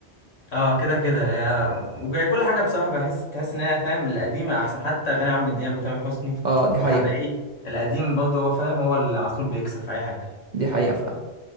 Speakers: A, on the left; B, on the right.
A: اه كده كده هي- وجاي كل حاجه بصراحه بحس تحس ان هي فاهم القديمه احسن حتى اغاني عمرو دياب وتامر حسني
B: اه دي حقيقة
A: وحماقي القديم برضه هو فاهم هو اللي على طول بيكسب في اي حاجه
B: دي حقيقة فعلا